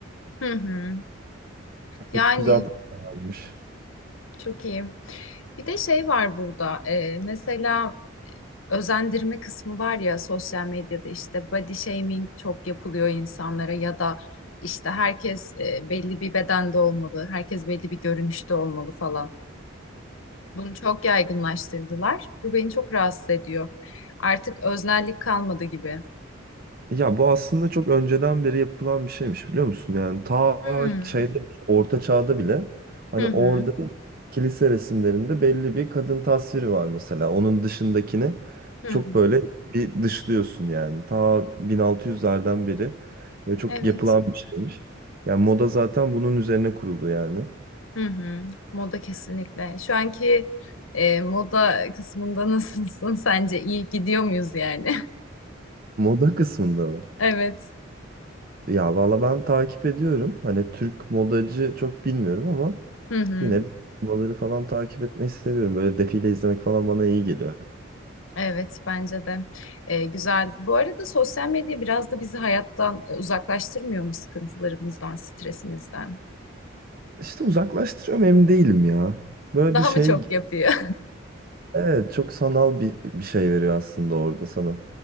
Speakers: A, on the left; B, on the right.
A: Hı hı. Yani
B: Çok güzel tasarlanmış.
A: çok iyi. Bir de şey var burada. Ee, mesela özendirme kısmı var ya sosyal medyada işte body shaming çok yapılıyor insanlara ya da işte herkes e, belli bir bedende olmalı, herkes belli bir görünüşte olmalı falan. Bunu çok yaygınlaştırdılar. Bu beni çok rahatsız ediyor. Artık öznellik kalmadı gibi.
B: Ya bu aslında çok önceden beri yapılan bir şeymiş biliyor musun? Yani ta
A: Hmm.
B: şeyde bile, Orta Çağ'da bile hani
A: Hı
B: orada
A: hı.
B: kilise resimlerinde belli bir kadın tasviri var mesela. Onun dışındakini
A: Hı
B: çok
A: hı.
B: böyle bir dışlıyorsun yani. Ta 1600'lerden beri ve çok
A: Evet.
B: yapılan bir şeymiş. Yani moda zaten bunun üzerine kuruldu yani.
A: Hı hı. Moda kesinlikle. Şu anki e, moda kısmında nasılsın <laughs> sence? iyi gidiyor muyuz yani?
B: Moda kısmında mı?
A: <laughs> Evet.
B: Ya valla ben takip ediyorum. Hani Türk modacı çok bilmiyorum ama
A: Hı hı.
B: Yine de turnuvaları falan takip etmeyi seviyorum. Böyle defile izlemek falan bana iyi geliyor.
A: Evet bence de Ee, güzel. Bu arada sosyal medya biraz da bizi hayattan e, uzaklaştırmıyor mu sıkıntılarımızdan, stresimizden?
B: İşte uzaklaştırıyorum emin değilim ya. Böyle
A: Daha
B: bir şey,
A: mı çok yapıyor?
B: evet çok sanal bir, bir şey veriyor aslında orada sana.